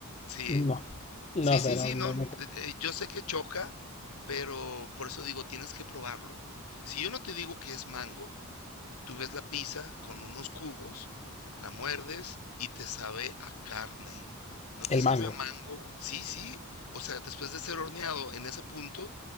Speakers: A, on the left; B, on the left.
A: Sí.
B: No, no
A: Sí,
B: sé,
A: sí,
B: no,
A: sí,
B: no.
A: no, eh, eh, yo sé que choca, pero por eso digo, tienes que probarlo. Si yo no te digo que es mango, tú ves la pizza con unos cubos, la muerdes y te sabe a carne. ¿No
B: el
A: te sabe
B: mango.
A: a mango? Sí, sí. O sea, después de ser horneado en ese punto,